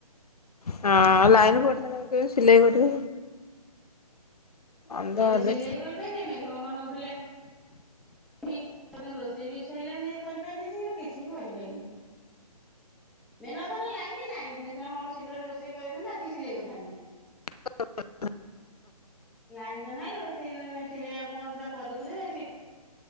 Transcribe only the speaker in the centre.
ସେଇ ବା
ସିଲେଇ କରିପାଇଲିନି ଏଇ ମେଘ ପବନ ଉଠେଇ ଲାଇଁ। କି ତୋ ପାଇଁ ରୋଷେଇ ବି ସଇଲାନି କରିପାରିନି ଶୀଘ୍ର କିଛି ବି କରିପାଇଲିନି। ମେନ କଥା ହେଲା ଲାଇନ ଲାଇନ ଥିଲେ ସିନା ହଁ ଶୀଘ୍ର ରୋଷେଇ କରି ଦେଇଥାନ୍ତି ଆସିକି ସିଲେଇ କରିଥାନ୍ତି।
ଲାଇନ୍ ତ ନାହିଁ ରୋଷେଇ ଏ ସିଲେଇ ଆଉ କଣ ତୁ ତ କରିବୁ ଯେ।